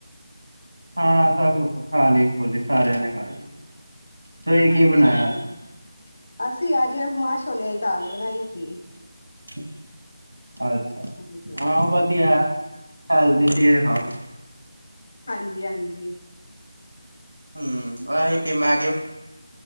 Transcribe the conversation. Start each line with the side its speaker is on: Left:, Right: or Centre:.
Right: ਹਾਂ ਸਭ ਕੁਝ ਖਾ ਲਈ ਖੋਲੀ ਸਾਰਿਆਂ ਨੇ ਖਾ ਲਈ। ਤੁਹੀ ਕੀ
Left: ਅੱਛਾ
Right: ਬਣਾਇਆ
Left: ਅੱਛਾ
Right: ਅੱਜ?
Left: ਅਸੀਂ ਅੱਜ ਮਾਂ ਛੋਲਿਆਂ ਦੀ ਦਾਲ ਬਣਾਈ ਸੀ।
Right: ਚ ਅੱਛਾ
Left: ਹਾਂਜੀ
Right: ਹਾਂ ਵਧੀਆ। ਹੈਲਦੀ ਚੀਜ ਖਾੳ।
Left: ਹਾਂਜੀ- ਹਾਂਜੀ
Right: ਹਮ ਆ ਮੈਂ